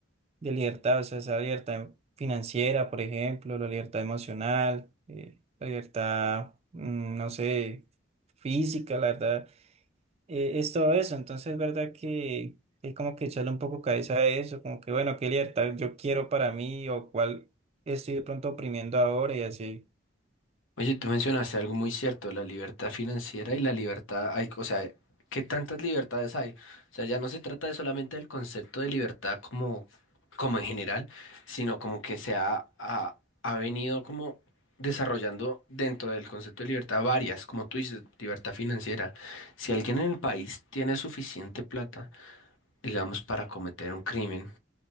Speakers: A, on the right (about 30°); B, on the left (about 80°).
A: de libertad, o sea, esa libertad financiera, por ejemplo, la libertad emocional, eh, la libertad, mm, no sé, física, la verdad, eh, es todo eso. Entonces es verdad que... Hay como que echarle un poco cabeza a eso, como que bueno, qué libertad yo quiero para mí o cuál estoy de pronto oprimiendo ahora y así.
B: Oye, tú mencionaste algo muy cierto, la libertad financiera y la libertad, hay, o sea, ¿qué tantas libertades hay? O sea, ya no se trata de solamente del concepto de libertad como, como en general, sino como que se ha, ha, ha venido como desarrollando dentro del concepto de libertad varias, como tú dices, libertad financiera. Si alguien en el país tiene suficiente plata, digamos, para cometer un crimen